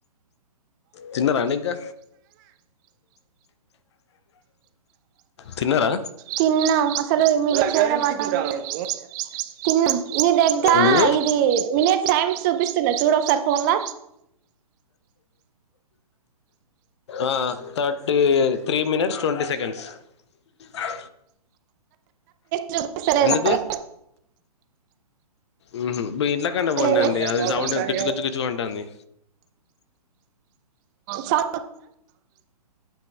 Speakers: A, on the left; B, on the right.
A: తిన్నరండి ఇంకా తిన్నరా
B: తిన్నాం అసలు మీ <unintelligible> తిన్నాం నీ దగ్గర
A: ఏంది
B: ఇది మినిట్ టైమ్స్ చూపిస్తుందా చూడ ఒకసారి ఫోన్ ల
A: ఆ thirty three minutes twenty seconds అ
B: చూపిస్తలేదా
A: ఎందుకు
B: మరి
A: ఊహు మీఇంట్ల కన్న పోండండి
B: లేదు.
A: అది సౌండ్ కుచ్చు కుచ్చు కుచ్చుమంటంది
B: స